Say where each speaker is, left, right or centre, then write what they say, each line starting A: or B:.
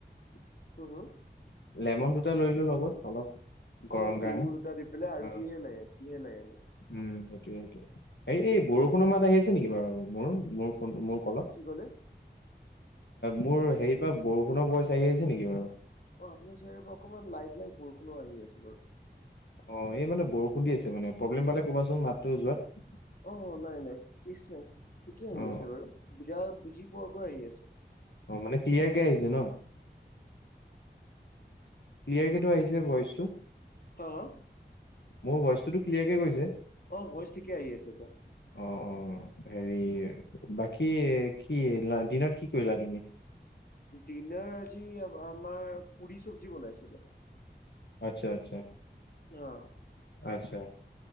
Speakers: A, on the left; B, on the left.
A: উম, হম,
B: লেমন দুটা লৈল লগত অলপ। গৰম
A: অ'
B: কাৰণে
A: নিমুৰ দুটা দি পেলাই, আৰু
B: অ
A: কিহে লাগে কিহে লাগে।
B: উম সেইটোয়ে সেইটো হে এই বৰষুণৰ মাত আহিছে নেকি, বাৰু মোৰ, মোৰ
A: কি
B: মোৰ কলত,
A: কি ক'লে?
B: মোৰ হেৰি পৰা বৰষুণৰ বয়চ আহি আছে নেকি বাৰু?
A: অ' আপোনাৰ চাৰি পৰা অকনমান লাইট লাইট বৰষুণো আহি আছে বাৰু।
B: অ' এই মানে বৰষুণ দি আছে মানে প্ৰব্লেম পালে ক'বাচোন মাতটো যোৱাত।
A: অ' নাই নাই কেচ নাই ঠিকে আহি
B: অ
A: আছে বাৰু বুজা বুজি পোৱাকৈ আহি আছে।
B: অ' মানে ক্লিয়াৰ কে আহিছে ন। ক্লিয়াৰকটো আহিছে ভইচটো?
A: হা হা?
B: মোৰ ভইচটোতো ক্লিয়াৰকে গৈছে?
A: অ' ভইজ ঠিকি আহি আছে এতিয়া।
B: অ' অ' হেৰি বাকী কি দিনত কি কৰিলা তুমি?
A: দিনাৰ আজি আমাৰ পুৰি চব্জি বনাইছিলে।
B: আচ্ছা আচ্ছা,
A: হা।
B: আচ্ছা।